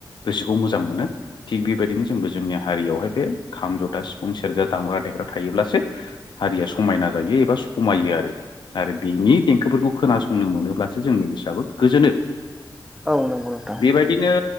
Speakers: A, on the left; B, in the centre.
A: गोसोखौ मोजां मोनो थिग बेबायदिनो जोंबो जोंनि हारियावहाय बे खाम जथा सिफुं सेरजा दामग्रा देग्रा थायोब्लासो हारिया समायना जायो एबा समायो आरो आरो बेनि देंखोफोरखौ खोनासंनो मोनोब्लासो जोंनि गोसोआबो गोजोनो।
B: औ नंगौ नोंथां थारैनो औ नंगौ नोंथां
A: बेबायदिनो